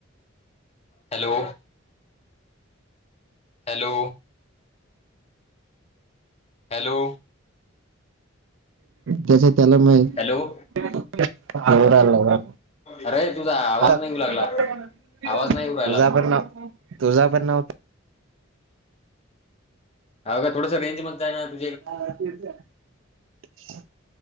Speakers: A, on the left; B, on the right.
A: हॅलो हॅलो हॅलो
B: त्याच त्याला मिळेल.
A: हॅलो
B: <unintelligible>
A: अरे तुझा आवाज नाही येऊ लागला आवाज नाही येऊ
B: <unintelligible>
A: राहिला
B: तुझापण न तुझा पण नव्हतं.
A: हाव ग थोडसं रेंजमध्ये जाय न
B: <unintelligible>